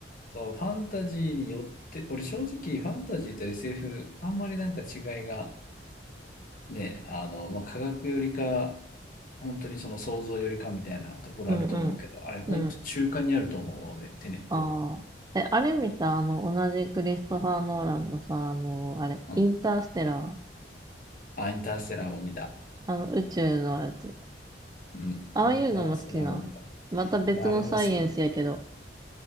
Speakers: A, on the left; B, on the right.
A: そう、ファンタジーに寄って、俺正直ファンタジーと SF、あんまりなんか違いがね、あの、まあ、科学よりか、本当にその想像よりかみたいなところあると思うけど、
B: うんう
A: あれ、本当中間にあると思うわ、
B: ん。うん。
A: 俺、テネット
B: ああ。え、あれ見た、あの、同じクリストファー・ノーランのさ、あの、あれ、
A: は。
B: インターステラー、
A: うん。あ、インターステラーも見た。
B: あの、宇宙のやつ。
A: うん。
B: ああいうのも好きな。
A: インターステラーも見た。
B: また別のサイエンスやけど。
A: あれも好き。